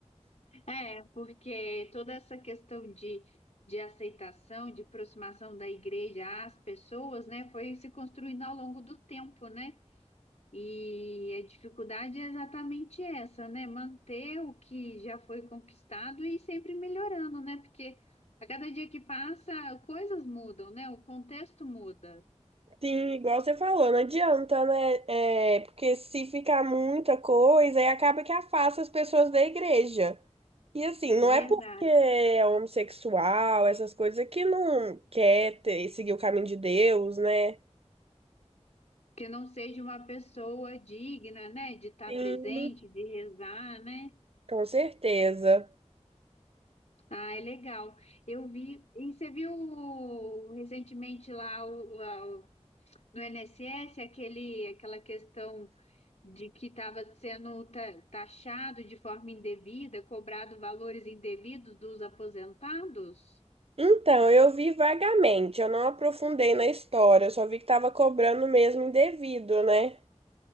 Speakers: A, on the left; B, on the right.
A: é, porque toda essa questão de, de aceitação, de aproximação da igreja às pessoas, né, foi se construindo ao longo do tempo, né? E a dificuldade é exatamente essa, né? Manter o que já foi conquistado e ir sempre melhorando, né? Porque a cada dia que passa, coisas mudam, né? O contexto muda.
B: Sim, igual você falou, não adianta, né? É, porque se ficar muita coisa, aí acaba que afasta as pessoas da igreja. E assim, não é
A: Verdade.
B: porque é homossexual, essas coisas, é que não quer ter- seguir o caminho de Deus, né?
A: Que não seja uma pessoa digna, né? De estar
B: Sim,
A: presente, de rezar, né?
B: com certeza.
A: Ah, é legal. Eu vi. E você viu recentemente lá o, a- o- no INSS aquele, aquela questão. de que estava sendo ta- taxado de forma indevida, cobrado valores indevidos dos aposentados?
B: Então, eu vi vagamente, eu não aprofundei na história, eu só vi que tava cobrando mesmo indevido, né? O